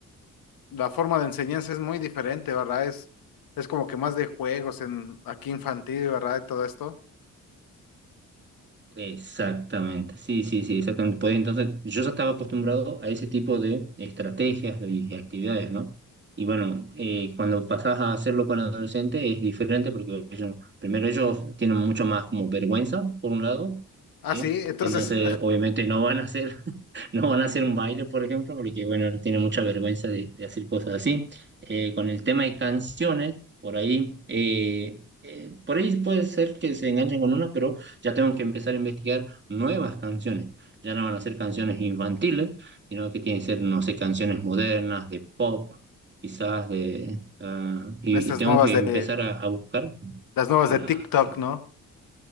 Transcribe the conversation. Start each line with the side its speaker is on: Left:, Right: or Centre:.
Left: la forma de enseñanza es muy diferente, ¿verdad? Es, es como que más de juegos en aquí infantil, ¿verdad? Y todo esto.
Right: Exactamente, sí, sí, sí, exactamente. Pues entonces, yo ya estaba acostumbrado a ese tipo de estrategias y actividades, ¿no? Y bueno, eh, cuando pasás a hacerlo con adolescentes es diferente porque ellos, primero ellos tienen mucho más como vergüenza, por un lado,
Left: Ah,
Right: ¿sí?
Left: sí, entonces,
Right: Entonces, obviamente no van a hacer No van a hacer un baile, por ejemplo, porque, bueno, tiene mucha vergüenza de, de hacer cosas así. Eh, con el tema de canciones, por ahí, eh, eh, por ahí puede ser que se enganchen con una, pero ya tengo que empezar a investigar nuevas canciones. Ya no van a ser canciones infantiles, sino que tienen que ser, no sé, canciones modernas, de pop, quizás de... ah,
Left: <laughs>
Right: y,
Left: de estas
Right: y tengo
Left: nuevas
Right: que
Left: de,
Right: empezar a, a buscar.
Left: las nuevas
Right: Claro,
Left: de TikTok,
Right: exactamente.
Left: ¿no?